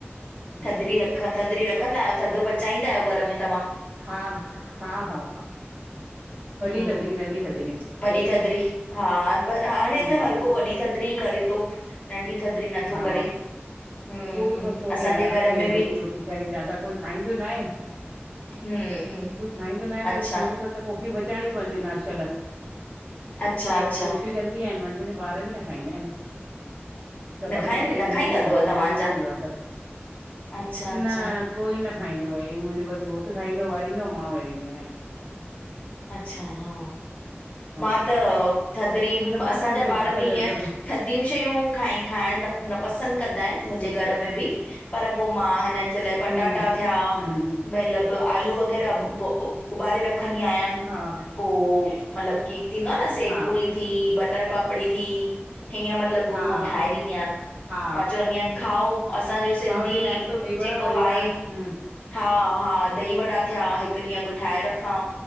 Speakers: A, on the right; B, on the left.
A: हम्म
B: थधिड़ी रख थधिड़ी रखंदा आहियो, थधो पचाईंदा आहियो घर में तव्हां?
A: हा, हा, हा, हा
B: हम्म
A: वॾी थधॾी नंढी थध
B: वॾी थधिड़ी, हा हाणे
A: हम्म
B: त हर को वॾी थधिड़ी करे तो। नंढी थधड़ी नथो
A: हा
B: करे, हम्म
A: उहो बि
B: हम्म
A: बसि हो
B: असांजे
A: गया, लास्ट
B: घर
A: में रोटी
B: बि
A: वोटी करे जादा कोई खाईंदो नाहे,
B: हम्म हम्म
A: कोई खाईंदो नाहे त
B: अच्छा
A: वरी पेंजे हिसाब त कोकी पचाईणीउ पवंदी आहिन आशयल,
B: अच्छा अच्छा
A: वरी रोटी कन दीआयांनि, मंझंदि जो ॿार बि न खाईंदा आहिनि। हिकु
B: न
A: पासे
B: खाइनि
A: करे
B: न
A: ॾींदीयांन
B: खाईंदा अथव
A: कोई
B: तव्हांजा
A: न मञींदो आ त,
B: अच्छा अच्छा
A: न कोई न खाईंदो आ, हे मुंहिंजो बसि घोटु खाईंदो आ वारींदो आ मां वारींदी आहियां।
B: अच्छा, हा
A: हा
B: मां त थधड़ी बि
A: नथा
B: असांजा
A: खाइनि त
B: ॿार
A: छा था
B: बि
A: करे
B: ईीअं
A: सघूं
B: थधियूं शयूं खाइ खाइण न न पसंद कंदा आहिन मुंजे घर में बि। पर पो मां हिनन जे लाइ पटाटा
A: हम्म
B: थया
A: हम्म
B: मतलब आलू वग़ैरह उबारे रखंदी आहियां।
A: हा
B: पो मतलब की थींदो आ न सेव
A: हा
B: पूरी थी, बटर पापड़ी थी, हीअं म मतलब
A: हा
B: पो ठाहे ॾींदी आहियां
A: हा
B: मां चवंदीयां खाओ असांजो सिंधी
A: मां वरी रायतो ॾही वड़ा
B: जेको
A: वरी
B: आहे।
A: रा हम्म
B: हा-हा दही वड़ा थिया हिकु ॾींह अॻ ठाहे रखा।